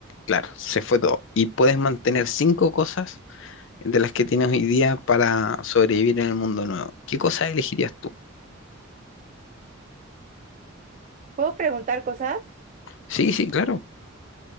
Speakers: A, on the left; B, on the right.
A: claro, se fue todo. Y puedes mantener cinco cosas de las que tienes hoy día para sobrevivir en el mundo nuevo. ¿Qué cosas elegirías tú?
B: ¿Puedo preguntar cosas?
A: Sí, sí, claro.